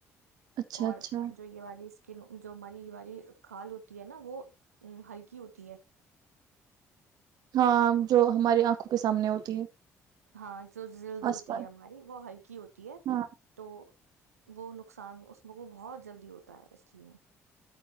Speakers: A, on the right; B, on the right.
A: اچھا
B: اور
A: اچھا
B: جو یہ والی اس کہ جو ہماری والی کھال ہوتی ہے نا وہ ہلکی ہوتی ہے
A: ہاں جو ہماری آنکھوں کے سامنے ہوتی ہے
B: ہاں جو جلد ہوتی
A: آس پاس
B: ہے ہماری وہ ہلکی ہوتی ہے
A: ہاں
B: تو وہ نقصان اس میں کو بہت جلدی ہوتا ہے اس لیے